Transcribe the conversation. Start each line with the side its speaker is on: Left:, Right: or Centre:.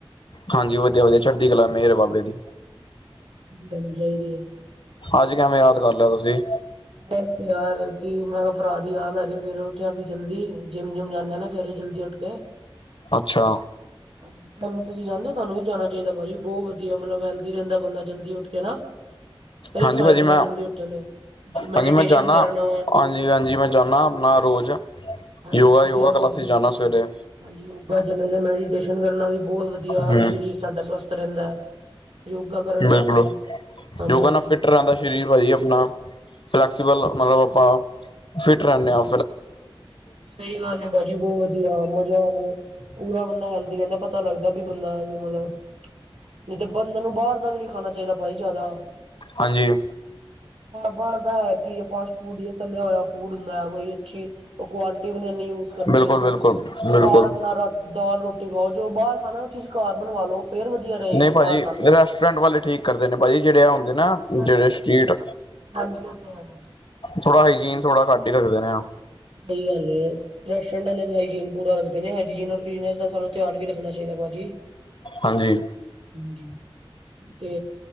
Left: ਹਾਂਜੀ ਵਧੀਆ-ਵਧੀਆ ਚੜ੍ਹਦੀ ਕਲਾ ਮੇਰ ਬਾਬੇ ਦੀ।
Right: ਤੈਨੂੰ ਚਾਈਦੀ ਏ।
Left: ਅੱਜ ਕਿਵੇਂ ਯਾਦ ਕਰ ਲਿਆ ਤੁਸੀਂ?
Right: ਦੱਸ ਯਾਰ ਕੀ ਮੈਂ ਪਰਾ ਦੀ ਯਾਦ ਆ ਰਹੀ ਸਵੇਰੇ ਉੱਠਿਆ ਸੀਂ ਜਲਦੀ ਜਿੰਮ-ਜੁਮ ਜਾਂਦੇ ਆ ਨਾ ਸਵੇਰੇ ਜਲਦੀ ਓਠ ਗਏ।
Left: ਅੱਛਾ।
Right: ਹਾਂਜੀ ਤੁਾਨੂੰ ਤੁਸੀਂ ਜਾਂਦੇ ਓ ਤੁਆਨੂੰ ਵੀ ਜਾਣਾ ਚਾਈਦਾ ਪਾਜੀ ਬੋਤ ਵਧੀਆ ਮਤਲਬ ਹੈਲਥ ਰੇਂਦਾ ਬੰਦਾ ਜਲਦੀ ਉੱਠ ਕੇ ਨਾ ਕਈ
Left: ਹਾਂਜੀ
Right: ਫਾਇਦੇ
Left: ਭਾਜੀ
Right: ਨੇ
Left: ਮੈਂ
Right: ਜਲਦੀ ਉੱਠਣ ਮੈਡੀਟੇਸ਼ਨ
Left: ਹਾਂਜੀ ਮੈਂ ਜਾਣਾ,
Right: ਕਰਨਾ
Left: ਹਾਂਜੀ-ਹਾਂਜੀ ਮੈਂ ਜਾਣਾ ਆਪਣਾ ਰੋਜ਼।
Right: ਹਾਂਜੀ
Left: ਯੋਗਾ-ਯੋਗਾ
Right: ਵਧੀਆ ਗੱਲ
Left: ਕਲਾਸਿਸ
Right: ਹੈ।
Left: ਜਾਣਾ ਸਵੇਰੇ
Right: ਹਾਂਜੀ ਯੋਗਾ ਚਲੇ ਜਾਨਾ ਜੀ ਮੈਡੀਟੇਸ਼ਨ ਕਰਨਾ ਵੀ ਬੋਤ ਵਧੀਆ
Left: ਹਮ
Right: ਸਰੀਰ ਸਾਡਾ ਸਵਸਥ ਰੇਂਦਾ ਐ, ਯੋਗਾ ਕਰਨ
Left: ਬਿਲਕੁਲ
Right: ਨਾਲ ਵੀ ਹਾਂਜੀ
Left: ਯੋਗਾ
Right: ਹਾਂਜੀ
Left: ਨਾਲ ਫਿੱਟ ਰੇਂਦਾ ਸ ਸਰੀਰ ਪਾਜੀ ਅਪਣਾ ਫਲੈਕਸੀਬਲ ਮਤਲਬ ਆਪਾਂ ਫਿਟ ਰੇਂਣੇ ਆ।
Right: ਸਈ ਗੱਲ ਐ ਪਾਜੀ ਬੋਤ ਵਧੀਆ ਮਜ਼ਾ ਮਤਲਬ ਪੂਰਾ ਬੰਦਾ ਹੈਲਦੀ ਰੈਂਦਾ ਪਤਾ ਲੱਗਦਾ ਵੀ ਬੰਦਾ ਕਿ ਮਤਲਬ ਨੀ ਤੇ ਬੰਦੇ ਨੂੰ ਬਾਰ ਦਾ ਵੀ ਨੀ ਖਾਣਾ ਚਾਈਦਾ ਪਾਈ ਜਾਂਦਾ।
Left: ਹਾਂਜੀ।
Right: ਬਣਦਾ ਐ ਕੀ ਫਾਸਟ ਫੂਡ‌ ਤਲਿਆ ਹੋਇਆ ਫੂਡ ਹੁੰਦਾ ਕੋਈ। ਅੱਛੀ ਓ ਕੁਆਲਿਟੀ ਵੀ ਨ ਏਨੀ ਯੂਜ ਕਰਦੇ
Left: ਬਿਲਕੁਲ ਬਿਲਕੁਲ ਬਿਲਕੁਲ
Right: ਕਾਰ ਆਪਣਾ ਦਾਲ ਰੋਟੀ ਖਾਓ ਜੋ ਬਾਰ ਖਾਣਾ ਓ ਚੀਜ਼ ਘਰ ਬਣਵਾ ਲੋ। ਫੇਰ ਵਧੀਆ ਰਹੇਗੀ
Left: ਨਈ ਪਾਜੀ
Right: ਬਾਹਰ ਨਾਲੋਂ
Left: ਰੈਸਟੋਰੈਂਟ ਵਾਲੇ ਠੀਕ ਕਰਦੇ ਨੇ ਪਾਜੀ ਜੇੜੇ ਆ ਹੁੰਦੇ ਨਾ
Right: ਹਾਂਜੀ-ਹਾਂਜੀ,
Left: ਜਿਹੜੇ ਸਟਰੀਟ
Right: ਹਾਂਜੀ ਓ ਤੇ ਹੈ।
Left: ਥੋੜਾ ਹਾਈਜੀਨ ਥੋੜਾ ਘੱਟ ਈ ਰੱਖਦੇ ਨੇ ਆ।
Right: ਸਈ ਗੱਲ ਏ। ਰੈਸਟੋਰੈਂਟ ਵਾਲੇ ਹਾਈਜੀਨ ਪੂਰਾ ਰੱਖਦੇ ਨੇ ਹਜੀਨ ਔਰ ਬਿਜ਼ਨਸ ਦਾ ਸਾਨੂੰ ਤਯਾਨ ਵੀ ਰਖਣਾ ਚਾਈਦਾ ਪਾਜੀ।
Left: ਹਾਂਜੀ।
Right: ਹਾਂਜੀ। ਤੇ